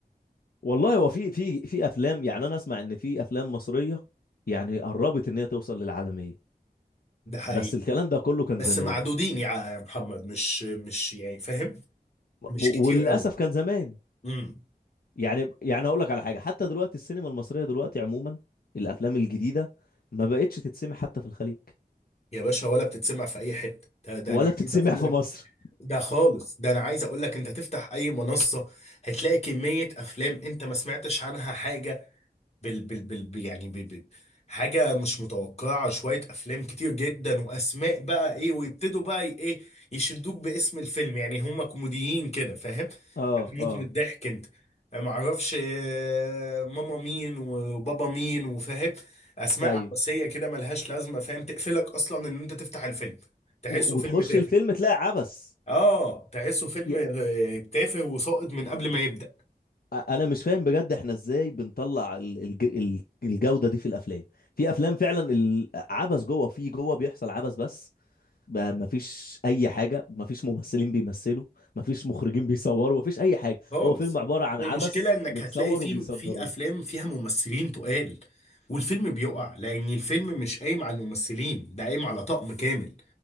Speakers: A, on the left (about 70°); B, on the left (about 40°).
A: والله هو في في في افلام يعني انا اسمع ان في افلام مصرية يعني قربت ان هي توصل للعالمية
B: ده حقيقي
A: بس الكلام ده كله كان
B: بس
A: زمان
B: معدودين يا محمد مش مش يعني فاهم
A: م-
B: مش
A: وللاسف
B: كتير
A: كان زمان
B: قوي
A: يعني يعني هقول لك على حاجه حتى دلوقتي السينما المصريه دلوقتي عموما الافلام الجديده ما بقتش تتسمع حتى في الخليج
B: يا باشا ولا بتتسمع في اي حته ده, ده
A: ولا
B: انا
A: بتتسمع
B: عايز اقول
A: في
B: لك
A: مصر
B: ده خالص ده انا عايز اقول لك انت تفتح اي منصه هتلاقي كميه افلام انت ما سمعتش عنها حاجه بال بال بال ب- يعني بال بال حاجة مش متوقعة شوية أفلام كتير جدا وأسماء بقى إيه ويبتدوا بقى ي- إيه يشدوك باسم الفيلم يعني هما كوميديين كده فاهم؟
A: اه
B: هتموت
A: اه
B: من الضحك أنت معرفش آه، ماما مين وبابا مين وفاهم أسماء
A: ايوه
B: عباسية كده ملهاش لازمة فاهم تقفلك أصلا إن أنت تفتح الفيلم تحسه
A: و-
B: فيلم
A: وتخش
B: تافه
A: الفيلم تلاقي عبس
B: آه تحسه فيلم
A: ي-
B: آه، تافه وساقط من قبل ما يبدأ
A: أ- انا مش فاهم بجد احنا ازاي بنطلع ال- الج... ال- الجوده دي في الافلام في افلام فعلا العبس جوه في جوه بيحصل عبس بس ما ما فيش اي حاجه ما فيش ممثلين بيمثلوا ما فيش مخرجين بيصوروا ما فيش اي حاجه
B: خالص
A: هو فيلم عباره عن
B: والمشكله
A: عبس
B: انك
A: متصور
B: هتلاقي في
A: وبيصدروه
B: في افلام فيها ممثلين تقال والفيلم بيقع لان الفيلم مش قايم على الممثلين ده قايم على طقم كامل